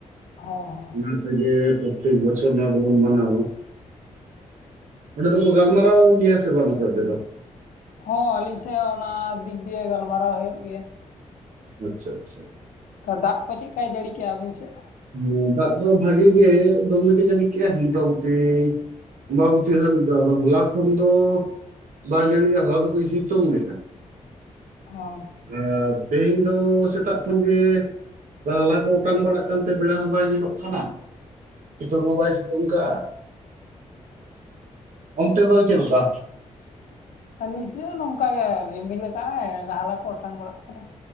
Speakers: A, on the left; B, on the right.
A: ᱦᱚᱸ ᱦᱚᱸ
B: ᱚᱱᱟ ᱛᱮᱜᱮ ᱯᱚᱨᱛᱮᱠ ᱵᱚᱪᱷᱚᱨ ᱱᱚᱣᱟ ᱫᱚ ᱵᱚᱱ ᱢᱟᱱᱟᱣᱟ ᱚᱸᱰᱮ ᱫᱚᱠᱚ ᱜᱟᱞᱢᱟᱨᱟᱣ ᱜᱮᱭᱟ ᱥᱮ ᱵᱟᱝ ᱟᱯᱮ ᱚᱸᱰᱮ ᱫᱚᱼᱼ
A: ᱦᱚᱸ ᱟᱹᱞᱤᱧ ᱥᱮᱫ ᱚᱱᱟ ᱫᱤᱠ ᱫᱤᱭᱮ ᱜᱟᱞᱢᱟᱨᱟᱣ ᱦᱩᱭᱩᱜ ᱜᱮᱭᱟ
B: ᱟᱪᱪᱷᱟ ᱟᱪᱪᱷᱟ
A: ᱛᱚ ᱫᱟᱜ ᱠᱚ ᱪᱮᱫᱠᱟᱭ ᱡᱟᱹᱲᱤ ᱠᱮᱜᱼᱟ ᱟᱹᱵᱤᱱ ᱥᱮᱫᱼᱼ
B: ᱦᱮᱸ ᱫᱟᱜ ᱫᱚ ᱵᱷᱟᱜᱤ ᱜᱮ ᱫᱚᱢᱮ ᱜᱮ ᱡᱟᱹᱲᱤ ᱠᱮᱜᱭᱟ ᱢᱚᱴᱟᱢᱩᱴᱤ ᱟᱸᱵᱟᱵᱩᱛᱤ <unintelligible> ᱟᱫᱚ ᱦᱚᱞᱟ ᱠᱷᱚᱱ ᱫᱚᱼᱼ ᱫᱟᱜ ᱡᱟᱹᱲᱤ ᱦᱚᱞᱟ ᱫᱚ ᱠᱟᱹᱡ ᱮ ᱥᱤᱛᱩᱝ ᱞᱮᱫᱟ
A: ᱦᱚᱸ
B: ᱟᱨ ᱛᱮᱦᱮᱧ ᱫᱚ ᱥᱮᱛᱟᱜ ᱠᱷᱚᱱ ᱜᱮ ᱨᱟᱦᱞᱟ ᱠᱚ ᱚᱴᱟᱝ ᱵᱟᱲᱟᱜ ᱼᱼ ᱪᱮᱛᱟᱱ ᱛᱮ ᱵᱮᱲᱟ ᱦᱚᱸ ᱵᱟᱭ ᱧᱮᱞᱚᱜ ᱠᱟᱱᱟ ᱥᱤᱛᱩᱝ ᱦᱚᱸ ᱵᱟᱭ ᱥᱤᱛᱩᱝ ᱠᱟᱜᱼᱟ ᱚᱱᱛᱮ ᱫᱚ ᱪᱮᱫ ᱞᱮᱠᱟ?
A: ᱟᱹᱞᱤᱧ ᱥᱮᱫ ᱦᱚᱸ ᱱᱚᱝᱠᱟ ᱜᱮ ᱨᱤᱢᱤᱞ ᱠᱟᱜᱼ ᱟᱭ ᱨᱟᱦᱟᱞᱟ ᱠᱚ ᱚᱴᱟᱝ ᱵᱟᱲᱟᱜ ᱠᱟᱱᱟ